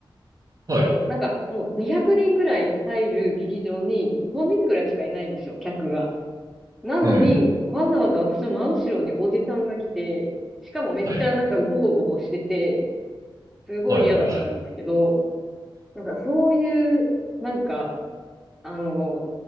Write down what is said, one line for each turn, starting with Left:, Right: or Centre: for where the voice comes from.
Right: はい。
Centre: を、なんかもう200人ぐらい入る劇場に5人ぐらいしかいないんですよ、客が。なのに、
Right: うん。
Centre: わざわざ私の真後ろにおじさんが来て、しかもめっちゃなんかゴホゴホしてて、
Right: はい。
Centre: すごい嫌だったんですけど、
Right: はいはいはい。
Centre: なんかそういう、なんか、あの、